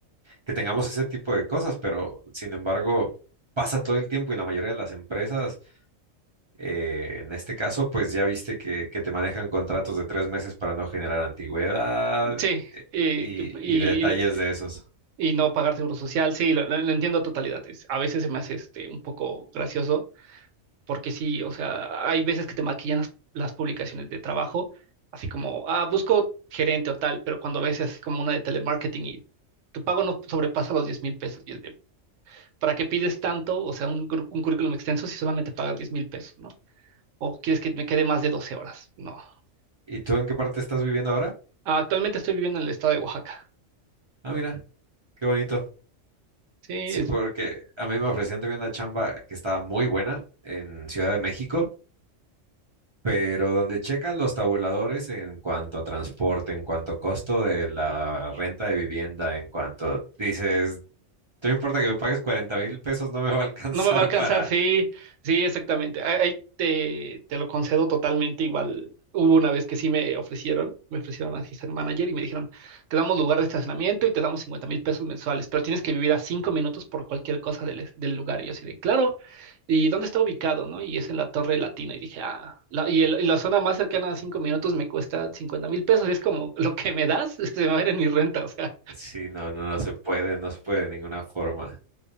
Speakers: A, on the right (about 45°); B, on the right (about 75°).
A: que tengamos ese tipo de cosas, pero sin embargo, pasa todo el tiempo y la mayoría de las empresas, eh, en este caso, pues ya viste que, que te manejan contratos de tres meses para no generar antigüedad
B: Sí, eh,
A: y,
B: que- y,
A: y detalles
B: lo-
A: de esos.
B: y no pagar seguro social, sí, lo, lo- lo entiendo a totalidad. es- a veces se me hace este, un poco gracioso, porque sí, o sea, hay veces que te maquillan las, las publicaciones de trabajo, así como, ah, busco gerente o tal, pero cuando ves así como una de telemarketing y tu pago no sobrepasa los diez mil pesos, y es de, ¿para qué pides tanto? O sea, un, gru- un currículum extenso si solamente pagas diez mil pesos, ¿no? ¿O quieres que me quede más de 12 horas? No.
A: ¿Y tú en qué parte estás viviendo ahora?
B: Actualmente estoy viviendo en el estado de Oaxaca.
A: Ah, mira, qué bonito.
B: Sí,
A: Sí,
B: es-
A: porque a mí me ofrecían también una chamba que estaba muy buena en Ciudad de México, pero donde checas los tabuladores en cuanto a transporte, en cuanto a costo de la renta de vivienda, en cuanto dices, no importa que me pagues cuarenta mil pesos, no me va a alcanzar
B: no me va a alcanzar,
A: para...
B: sí, sí, exactamente. Ahí ahí te, te lo concedo totalmente. Igual hubo una vez que sí me ofrecieron, me ofrecieron así ser manager y me dijeron, te damos lugar de estacionamiento y te damos cincuenta mil pesos mensuales, pero tienes que vivir a cinco minutos por cualquier cosa del, es- del lugar. Y yo así de, claro, ¿y dónde está ubicado, no? Y es en la Torre Latina. Y dije, ah, la- y, el- y la zona más cercana a cinco minutos me cuesta cincuenta mil pesos. Y es como, lo que me das, <laughs> se me va a ir en mi renta. O sea,
A: Sí, no, no, no se puede, no se puede de ninguna forma.